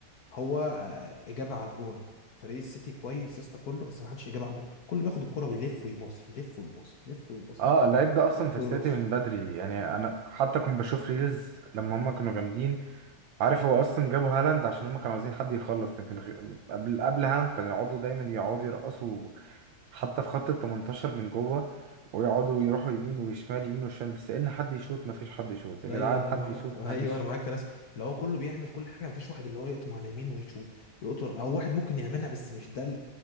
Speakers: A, on the left (about 60°); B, on the right (about 75°).
A: هو آه، اجابه على الجون فريق السيتي كويس يا اسطى كله بس ما حدش اجابه على الجون كله بياخد الكره ويلف ويباصي يلف ويباصي يلف ويباصي
B: اه اللعيب ده اصلا
A: يلف
B: في
A: ويباصي
B: السيتي من بدري يعني انا حتى كنت بشوف ريلز لما هم كانوا جامدين عارف هو اصلا جابوا هالاند عشان هم كانوا عاوزين حد يخلص لكن غ- قبل قبل هالاند كانوا يقعدوا دايما يقعدوا يرقصوا حتى في خط ال 18 من جوه ويقعدوا يروحوا يمين وشمال يمين وشمال بس ان حد يشوط ما فيش حد يشوط يا
A: ايوه
B: جدعان
A: انا
B: حد
A: معاك
B: يشوط
A: في-
B: ما حدش
A: ايوه انا معاك في ناس اللي هو كله بيعمل كل حاجه مفيش واحد اللي هو يقطم على يمين ويشوط يقطم او واحد ممكن يعملها بس مش ده ال-